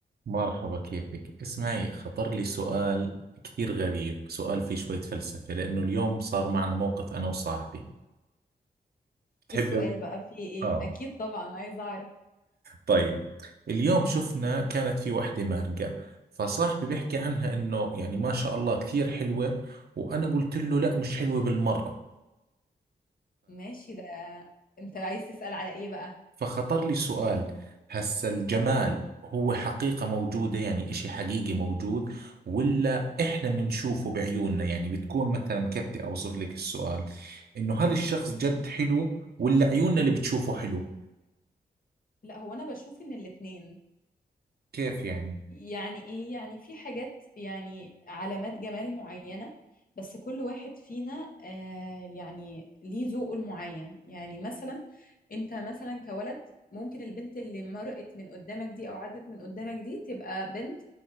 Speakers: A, on the right; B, on the left.
A: مرحبا كيفك اسمعي خطر لي سؤال كثير غريب سؤال فيه شوية فلسفة لأنه اليوم صار معنا موقف أنا وصاحبي تحب
B: ايه السؤال بقى في ايه
A: آه
B: اكيد طبعا عايزه اعرف
A: طيب اليوم شفنا كانت في وحدة مارقة فصاحبي بيحكي عنها إنه يعني ما شاء الله كثير حلوة وأنا قلت له لا مش حلوة بالمرة
B: ماشي ده انت عايز تسأل على ايه بقى
A: فخطر لي سؤال هسا الجمال هو حقيقة موجودة يعني إشي حقيقي موجود ولا إحنا بنشوفه بعيوننا يعني بتكون مثلا كيف بدي أوصف لك السؤال إنه هل الشخص جد حلو ولا عيوننا اللي بتشوفه حلو
B: لا هو انا بشوف ان الاتنين
A: كيف يعني
B: يعني ايه يعني في حاجات يعني علامات جمال معينة بس كل واحد فينا آه يعني ليه ذوقه المعين يعني مثلا انت مثلا كولد ممكن البنت اللي مرقت من قدامك دي او عدت من قدامك دي تبقى بنت